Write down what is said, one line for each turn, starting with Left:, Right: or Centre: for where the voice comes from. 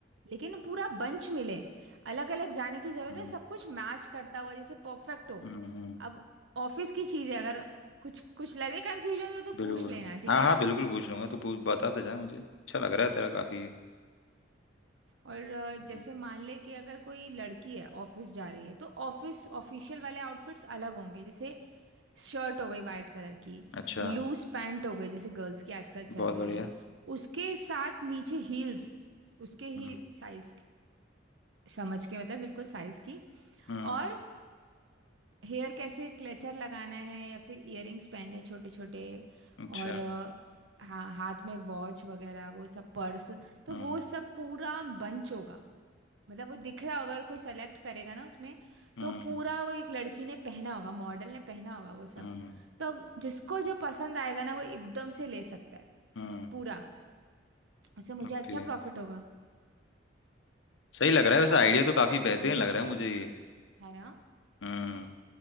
Right: लेकिन पूरा बंच मिले अलग अलग जाने की जरूरत
Left: हम्म
Right: है सब कुछ मैच करता हुआ जैसे परफेक्ट हो
Left: हम्म, हम्म,
Right: अब ऑफिस की चीज़ है अगर कुछ कुछ लगे कंफ्यूजन तो, तो पूछ
Left: बिल्कुल
Right: लेना ठीक
Left: हाँ
Right: है
Left: हाँ
Right: ना
Left: बिल्कुल पूछ लूंगा तू पूछ बताता जा मुझे अच्छा लग रहा है तेरा काफी ये
Right: और अ, जैसे
Left: हम्म,
Right: मान ले कि अगर कोई लड़की है ऑफिस जा रही है तो ऑफिस ऑफिशियल वाले आउटफिट्स अलग होंगे जैसे शर्ट हो गई वाइट कलर की
Left: अच्छा
Right: लूज पैंट हो गई जैसे गर्ल्स की आजकल चल
Left: बहुत
Right: रही
Left: बढ़िया
Right: है उसके साथ नीचे हील्स उसके ही
Left: हम्म
Right: साइज समझ के मतलब बिल्कुल साइज की
Left: हम्म
Right: और हेयर कैसे क्लेचर लगाना है या फिर इयररिंग्स पहने छोटे छोटे
Left: अच्छा
Right: और अ, हा, हाथ में वॉच वगैरह वो सब पर्स तो
Left: हम्म
Right: वो सब पूरा बंच होगा मतलब वो दिख रहा होगा अगर कोई सेलेक्ट करेगा ना उसमें
Left: हम्म
Right: तो पूरा वो एक लड़की ने पहना होगा मॉडल ने पहना होगा वो सब
Left: हम्म
Right: तो जिसको जो पसंद आएगा ना वो एकदम से ले सकता है
Left: हम्म
Right: पूरा उससे मुझे
Left: ओके
Right: अच्छा प्रॉफिट होगा
Left: सही लग रहा है वैसे आइडिया तो काफी बेहतरीन लग रहा है मुझे ये
Right: है ना
Left: हम्म